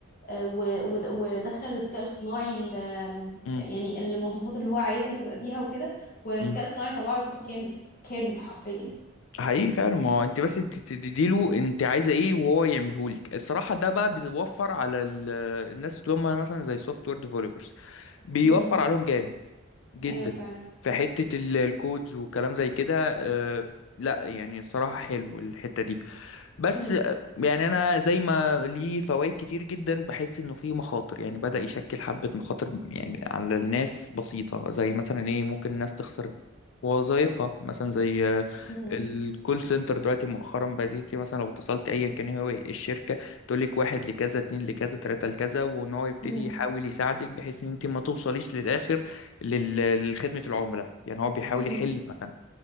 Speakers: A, on the left; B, on the left.
A: آه، و- ود- ودخل الذكاء الاصطناعي ال- آم،
B: مم،
A: يعني المواصفات اللي هو عايزها تبقى بيها وكده والذكاء
B: مم.
A: الاصطناعي طلع له كود كامل كامل حرفيا
B: حقيقي فعلا ما هو انت بس انت تديله انت عايزه ايه وهو يعمله لك الصراحه ده بقى بيوفر على ال- الناس اللي هم مثلا زي سوفت وير ديفلوبرز بيوفر
A: مم.
B: عليهم جامد جدا
A: ايوه فعلا
B: في حتة ال- الكودز والكلام زي كده آه، لا يعني الصراحة حلو الحتة دي بس
A: مم.
B: يعني انا زي ما ليه فوائد كتير جدا بحس انه فيه مخاطر يعني بدأ يشكل حبة مخاطر يعني على الناس بسيطة زي مثلا ايه ممكن الناس تخسر وظائفها مثلا زي آه،
A: مم.
B: الكول سنتر دلوقتي مؤخرا بديتي مثلا لو اتصلت ايا كان إيه هو الشركة تقول لك واحد لكذا اتنين لكذا تلاتة لكذا وان هو يبتدي
A: مم.
B: يحاول يساعدك بحيث ان انت ما توصليش للاخر لل- لخدمة العملاء يعني هو بيحاول
A: مم.
B: يحل مكانها